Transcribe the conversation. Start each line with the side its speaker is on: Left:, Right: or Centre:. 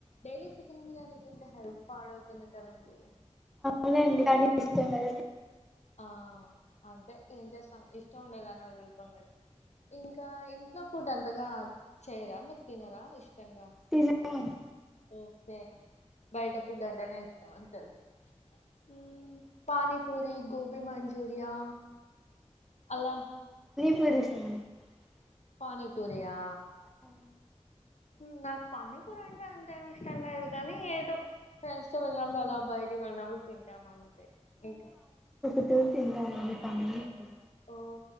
Left: డైలీ చికెన్ బిర్యానీ తింటే హెల్త్ పాడ్ తుంది కదండి
Centre: అవునండి కానీ ఇష్టం కధ
Left: ఆ అంతే ఏం చేస్తాం ఇష్టం ఉండేదాని వా రూపం కద ఇంకా ఇంట్లో <unintelligible> ఫుడ్ అంతగా చేయరా మీరు తినరా ఇష్టంగా
Centre: తినమండి
Left: ఓకే బయట ఫుడ్ అంటేనే ఇష్టం అని తెలుసు ఉం పానీపూరి గోభి మంచూరియా అలా
Centre: పరు సను <unintelligible>
Left: పానీపూరియా
Centre: అవు
Left: ఉం నాకు పానీపూరి అంటే అంతేమి ఇష్టం లేదు కానీ ఏదో ఫ్రెండ్స్ తో వెళ్ళినప్పుడు అలా బయటికి వెళ్ళినప్పుడు తింటాం అంతే ఇ
Centre: తతి ఎంత ఉ ప <unintelligible>
Left: ఓ